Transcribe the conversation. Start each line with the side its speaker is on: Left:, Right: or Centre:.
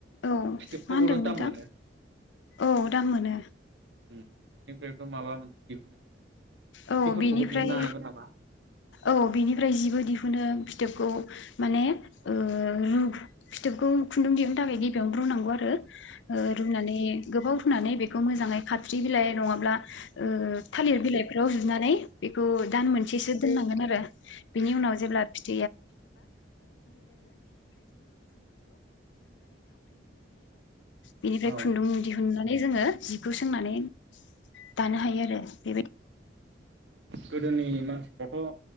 Left: औ मा
Right: फिथोबखौबोथ'
Left: होनदों
Right: दाम
Left: नोंथां?
Right: मोनो
Left: औ दाम मोनो।
Right: फिथोबनिफ्रायथ' माबा मोनसे दिहुनो।
Left: औ
Right: सिफोरखौबो
Left: बेनिफ्राय
Right: दिहुननो हायोमोन नामा
Left: औ बिनिफ्राय जिबो दिहुनो फिथोबखौ माने ओ रु फिथोबखौ खुन्दुं दिहुननो थाखाय गिबियावनो रुनांगौ आरो ओ रुनानै गोबाव रुनानै बेखौ मोजाङै खाथ्रि बिलाइ नङाब्ला ओ थालिर बिलाइफ्राव जुनानै बेखौ दान मोनसेसो द गोन आरो बिनि उनाव जेब्ला फिथ बेनिफ्राय
Right: औ
Left: खुन्दुं दिहुननानै। जोङो जिखौ सोंनानै, दानो हायो आरो बेबादि
Right: गोदोनि मानसिफ्राथ'